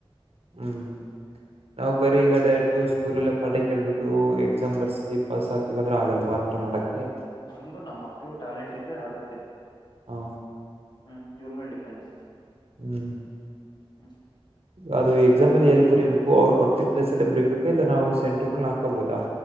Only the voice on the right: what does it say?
ಹ್ಮ್ ನಾವವು ಬರೀ ಈಗಡಯಟ್ಟು ಸ್ಕೂಲಲ್ಲೇ ಪಾಠ ಕೇಳ್ಬಿಟ್ಟು ಎ ಎಕ್ಸಾಮ್ ಬರ್ಸಿ ಪಾಸ್ ಆಗ್ತೀವಿ ಅಂದರೆ ಆಗಲ್ವ ಆ ಥರ ಮಾಡೋಕ್ಕೆ
ಹಾ
ಹ್ಮ್
ಅದು ಎಕ್ಸಾಮ್ ಅಲ್ಲಿ ಎಲ್ಲಿ ಬರಿೀಬೇಕು ಅವ್ರು ಕೊಟ್ಟಿದ್ದ್ ಪ್ಲೇಸ್ ಎಲ್ಲಿ ಬರಿೀಬೇಕು ಇಲ್ಲ ನಾವು ಸೆಂಟರ್ಗಳ ಹಾಕಬಹಾ